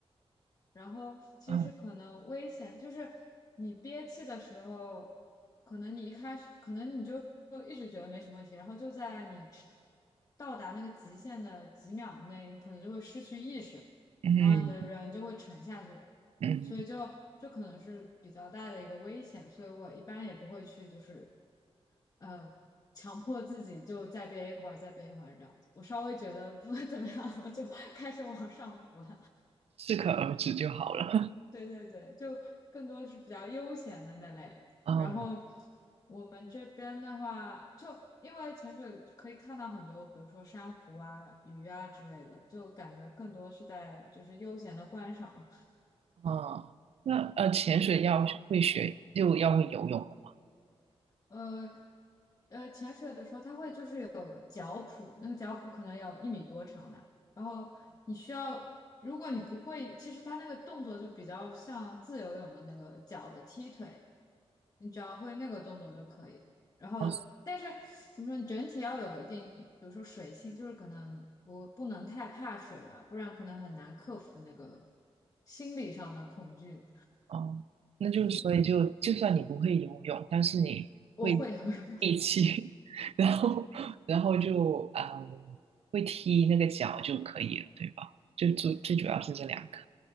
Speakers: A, on the left; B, on the right.
A: 然后其实可能危险就是你憋气的时候，
B: 嗯
A: 可能你一开始可能你就就一直觉得没什么问题，然后就在你吃到达那个极限的几秒内，可能就会失去意识，
B: 嗯
A: 然后你的人就会沉下去，
B: 嗯，
A: 所以就就可能是比较大的一个危险，所以我一般也不会去就是呃。强迫自己就再憋一会儿，再憋一会儿这样子。我稍微觉得不 <laughs> 会怎么样，我就开始往上浮了。
B: 适可而止就好了。<laughs>
A: 对对对，就更多是比较悠闲的那类。
B: 嗯
A: 然后我们这边的话，就因为潜水可以看到很多，比如说珊瑚啊、鱼啊之类的，就感觉更多是在就是悠闲的观赏。
B: 嗯，那呃，潜水要会学，就要会游泳的嘛？
A: 呃呃，潜水的时候它会就是有脚蹼，那个脚蹼可能有一米多长吧。然后你需要，如果你不会，其实它那个动作就比较像自由泳的那个脚的踢腿。你只要会那个动作就可以。然后，
B: 哦，
A: 但是怎么说，你整体要有一定，比如说水性，就是可能不不能太怕水吧，不然可能很难克服那个心理上的恐惧。
B: 哦，那就所以就就算你不会游泳，
A: 嗯，
B: 但是你会
A: 我会游泳。<laughs>
B: 力气，<laughs> 然后然后就嗯会踢那个脚就可以了，对吧？就最最主要是这两个。